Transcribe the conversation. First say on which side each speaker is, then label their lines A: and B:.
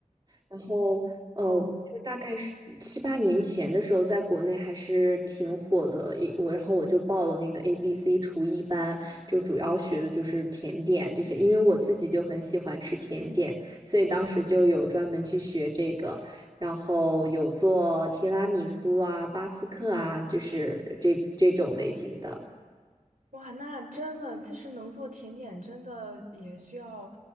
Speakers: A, on the right (about 30°); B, on the right (about 80°).
A: 然后呃，
B: 哦。
A: 就是大概是七八年前的时候，在国内还是挺火的。一我然后我就报了那个 ABC 厨艺班，就主要学的就是甜点这些，因为我自己就很喜欢吃甜点，所以当时就有专门去学这个。然后有做提拉米苏啊、巴斯克啊，就是这这种类型的。
B: 哇，那真的，其实能做甜点真的也需要，